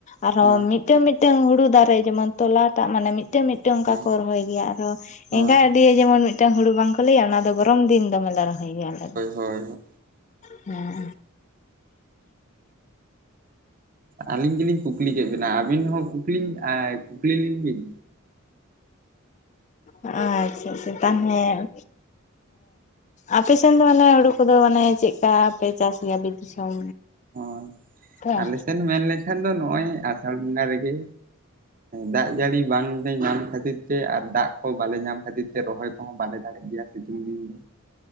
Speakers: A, on the left; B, on the right.
A: ᱟᱨᱦᱚᱸ
B: ᱦᱳᱭ
A: ᱢᱤᱫ ᱢᱤᱫᱴᱟᱝ ᱢᱤᱫᱴᱟᱝ ᱦᱩᱲᱩ ᱫᱟᱨᱮ ᱡᱮᱢᱚᱱ ᱛᱚᱞᱟ ᱴᱟᱜ ᱢᱟᱱᱮ ᱢᱤᱫᱴᱮᱱ ᱢᱤᱫ ᱴᱟᱝ ᱚᱱᱠᱟ
B: ᱦᱮᱸ
A: ᱠᱚ ᱨᱚᱦᱚᱭ ᱜᱮᱭᱟ ᱟᱨᱦᱚᱸ
B: ᱦᱳᱭ
A: ᱮᱸᱜᱟ ᱟᱱᱰᱤᱭᱟᱹ ᱡᱮᱢᱚᱱ ᱢᱤᱫᱴᱟᱝ ᱦᱩᱲᱩ ᱵᱟᱝᱠᱚ ᱞᱟᱹᱭᱟ ᱚᱱᱟ ᱫᱚ ᱜᱚᱨᱚᱢ ᱫᱤᱱ ᱫᱚᱢᱮ ᱞᱮ ᱨᱚᱦᱚᱭᱟ᱾ ᱜᱮᱭᱟᱞᱮ
B: ᱦᱳᱭ ᱦᱳᱭ ᱦᱳᱭ
A: <unintelligible> ᱦᱮᱸ
B: ᱟᱹᱞᱤᱧ ᱜᱮᱞᱤᱧ ᱠᱩᱠᱞᱤ ᱠᱮᱫ ᱵᱤᱱᱟ ᱟᱹᱵᱤᱱ ᱦᱚᱸ ᱠᱩᱠᱞᱤᱧ ᱮᱸ ᱠᱩᱠᱞᱤ ᱞᱤᱧ ᱵᱤᱱ
A: <inaudible> ᱟᱪᱪᱷᱟ ᱟᱪᱪᱷᱟ ᱛᱟᱸᱦᱮ ᱦᱮᱸ ᱟᱯᱮ ᱥᱮᱱ ᱫᱚ ᱢᱟᱱᱮ ᱦᱩᱲᱩ ᱠᱚᱫᱚ ᱢᱟᱱᱮ ᱪᱮᱫᱠᱟ ᱯᱮ ᱪᱟᱥ ᱜᱮᱭᱟ ᱵᱤᱨ ᱫᱤᱥᱚᱢ
B: ᱦᱳᱭ
A: ᱛᱚ
B: ᱟᱞᱮ ᱥᱮᱫ ᱢᱮᱱ ᱞᱮᱠᱷᱟᱱ ᱫᱚ ᱱᱚᱜᱼᱚᱭ ᱟᱥᱟᱲ ᱵᱚᱸᱜᱟ ᱨᱮᱜᱮ ᱫᱟᱜ ᱡᱟᱹᱲᱤ ᱵᱟᱝᱞᱮ ᱧᱟᱢ ᱠᱷᱟᱹᱛᱤᱨ ᱛᱮ ᱟᱨ ᱫᱟᱜ ᱠᱚ ᱵᱟᱞᱮ ᱧᱟᱢ ᱠᱷᱟᱹᱛᱤᱨ ᱛᱮ ᱨᱚᱦᱚᱭ ᱠᱚᱦᱚᱸ ᱵᱟᱞᱮ ᱫᱟᱜ ᱜᱮᱭᱟ ᱥᱤᱛᱩᱝ ᱫᱤᱱ ᱫᱚ